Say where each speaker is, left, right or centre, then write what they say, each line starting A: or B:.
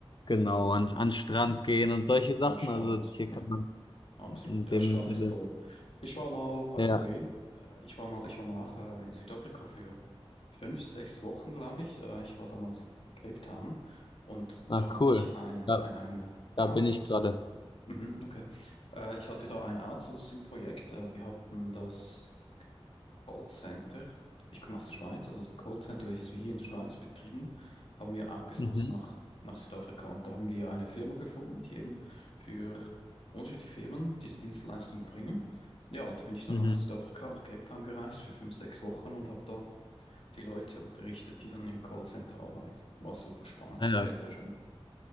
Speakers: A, on the left (about 50°); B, on the left (about 70°).
A: genau, an, an den Strand
B: Mhm.
A: gehen und solche Sachen.
B: Ah,
A: Also hier
B: ja.
A: kann man
B: absolut.
A: in
B: Der
A: dem
B: Strand
A: Sinne.
B: ist toll. Ich war mal, by
A: Ja,
B: the way, äh, ich war mal, ich war mal auch äh, in Südafrika für fünf, sechs Wochen, glaube ich. Äh, ich war damals in Cape Town und
A: ah,
B: da hatte
A: cool.
B: ich ein,
A: Da,
B: ein, ein
A: da
B: Outs
A: bin ich gerade.
B: Mhm, okay. Äh, ich hatte da ein Outsourcing-Projekt. Äh, wir hatten das Callcenter. Ich komme aus der Schweiz, also das Callcenter, welches wir hier in der Schweiz betrieben, haben wir outgesourced
A: Mhm.
B: nach, nach Südafrika. Und da haben wir eine Firma gefunden, die eben für unterschiedliche Firmen diese Dienstleistung erbringen. Ja, und da bin ich dann
A: Mhm.
B: nach Südafrika, nach Cape Town gereist für fünf, sechs Wochen und habe da die Leute unterrichtet, die dann im Callcenter arbeiten. War super spannend,
A: Ah,
B: sehr,
A: Ja,
B: sehr schön.